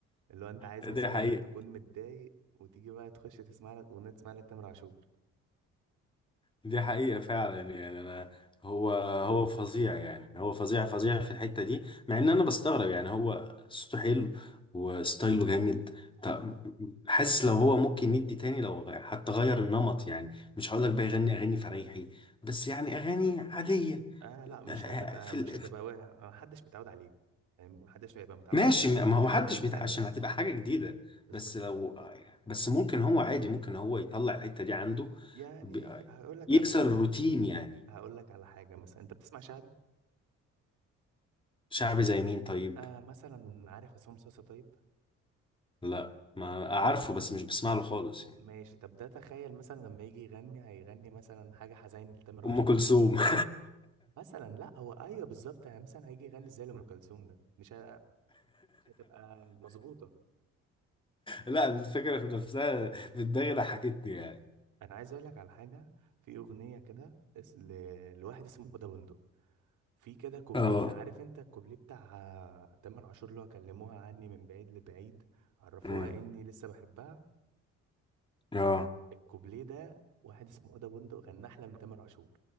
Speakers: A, on the right; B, on the left.
A: اللي هو انت عايز
B: دي
A: مثلا
B: حقيقة
A: تكون متضايق وتيجي بقى تخش تسمع لك اغنيه تسمع لك تامر عاشور
B: دي حقيقة فعلا يعني أنا هو هو فظيع يعني هو فظيع فظيع في الحتة دي مع إن أنا بستغرب يعني هو صوته حلو وستايله جامد طب حاسس لو هو ممكن يدي تاني لو غ- حتى غير النمط يعني مش هقول لك بقى يغني أغاني فريحي بس يعني أغاني عادية
A: آه لا مش
B: آه،
A: هتبقى
B: في
A: مش
B: ال-
A: هتبقى واع- محدش متعود عليه يعني محدش هيبقى متعود
B: ماشي
A: عليه مثلا
B: ما
A: في
B: هو محدش
A: الأغاني التانية
B: بيت عشان هتبقى حاجة جديدة
A: بالظبط
B: بس لو بس ممكن هو عادي ممكن هو يطلع الحتة دي عنده
A: يعني
B: ب-
A: هقول لك
B: يكسر
A: على حاجة
B: الروتين يعني
A: هقول لك على حاجة مثلا أنت بتسمع شعبي
B: شعبي زي مين طيب
A: آه مثلا عارف عصام صاصا طيب
B: لا ما عارفه بس مش بسمع له خالص يعني
A: ماشي طب ده تخيل مثلا لما يجي يغني هيغني مثلا حاجة حزين لتامر عاشور
B: أم كلثوم <laughs>
A: مثلا لا هو أيوه بالظبط يعني مثلا هيجي يغني زي لأم كلثوم ده مش ه- مش هتبقى مظبوطة
B: لا الفكرة في نفسها في دماغي ضحكتني يعني
A: أنا عايز أقول لك على حاجة في أغنية كده اس- ل- لواحد اسمه هدى بندق في كده كوبليه
B: اه
A: اللي عارف انت الكوبليه بتاع آه، تامر عاشور اللي هو كلموها عني من بعيد لبعيد عرفوها
B: أمم.
A: اني لسه بحبها
B: اه
A: الكوبليه ده واحد اسمه اوضه بندق غنى احلى من تامر عاشور